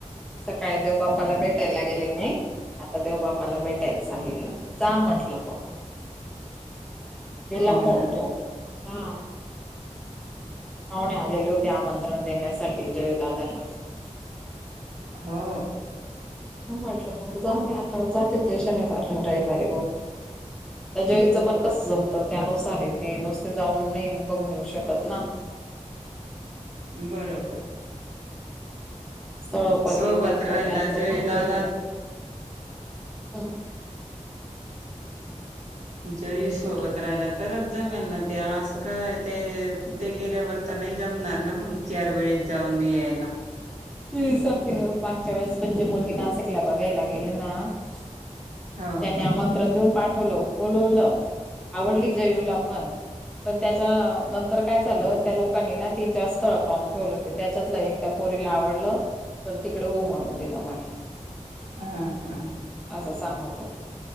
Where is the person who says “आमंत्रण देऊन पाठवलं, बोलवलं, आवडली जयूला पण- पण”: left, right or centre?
Centre